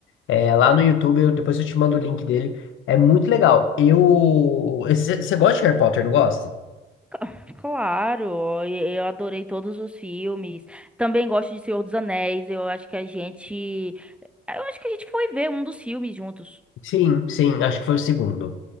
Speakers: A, on the left; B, in the centre.
A: É, lá no YouTube, eu- depois eu te mando o link dele. É muito legal. Eu. Você gosta de Harry Potter, não gosta?
B: ca- Claro, e- eu adorei todos os filmes. Também gosto de Senhor dos Anéis. Eu acho que a gente, eu acho que a gente foi ver um dos filmes juntos.
A: Sim, sim, acho que foi o segundo.